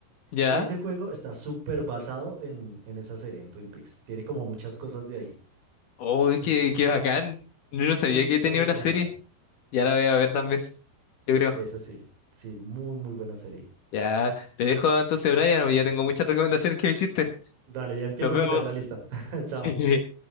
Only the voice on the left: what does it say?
¿Ya?
Uy,
qué, qué bacán. Yo no
sabía que tenía
una serie. Ya la voy a ver también. yo creo.
Ya, te dejo entonces, Brian, porque ya tengo muchas recomendaciones que me hiciste.
Nos vemos.
<laughs>
Sí.